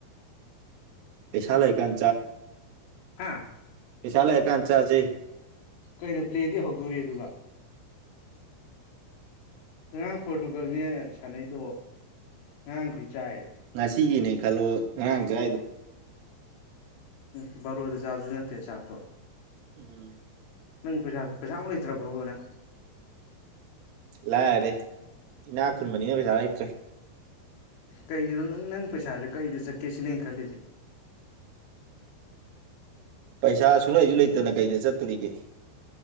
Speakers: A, on the right; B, on the left.
A: ꯄꯩꯁꯥ ꯂꯩꯔꯀꯥꯟ
B: ꯍꯥꯥ
A: ꯄꯁꯥꯂ ꯍ ꯀꯆꯥꯆꯦ
B: ꯀꯩꯅꯣ ꯄ꯭ꯂꯦꯗꯤ ꯍꯧꯗꯣꯔꯤ ꯑꯗꯨꯒ ꯑꯉꯥꯡ ꯄꯣꯔꯇꯨꯒꯜꯅꯦ ꯁꯥꯟꯅꯩꯗꯣ ꯉꯉꯥꯡꯗꯤ ꯆꯥꯏ
A: ꯉꯁꯤꯒꯤꯅꯦ ꯈꯜꯂꯣ ꯉꯔꯥꯡꯖ ꯍꯥꯏꯗꯣ
B: ꯎ ꯕꯔꯣꯗ ꯆꯥꯕꯁꯨ ꯅꯠꯇꯦ ꯆꯥꯛꯇꯣ
A: ꯎꯝ
B: ꯅꯪ ꯄꯩꯁꯥ ꯄꯩꯁꯥ ꯑꯃ ꯂꯩꯇ꯭ꯔꯕꯣꯕ ꯅꯪ
A: ꯂꯥꯏꯔꯦ ꯏꯅꯥꯛ ꯈꯨꯟꯕꯅꯤꯅ ꯄꯩꯁꯥ ꯂꯩꯇ꯭ꯔꯦ
B: ꯀꯩꯒꯤꯅꯣ ꯅꯪ ꯅꯪ ꯄꯩꯁꯥꯁꯦ ꯀꯩꯗ ꯆꯠꯀꯦ ꯁꯤꯅꯦꯩꯅ ꯈꯜꯂꯤꯁꯦ
A: ꯄꯩꯁꯥ ꯁꯨꯡ ꯂꯩ ꯑꯩꯁꯨ ꯂꯩꯇꯅ ꯀꯩꯗ ꯆꯠꯇꯣꯔꯤꯒꯦ